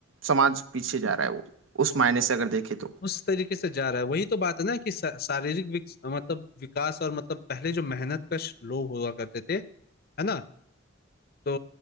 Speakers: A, on the right (about 80°); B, on the left (about 50°).
A: समाज पीछे जा रहा है वो उस मायने से अगर देखे तो
B: उस तरीके से जा रहा है वही तो बात है ना कि शा- शारीरिक विक, मतलब विकास और मतलब पहले जो मेहनत कश लोग हुआ करते थे है ना तो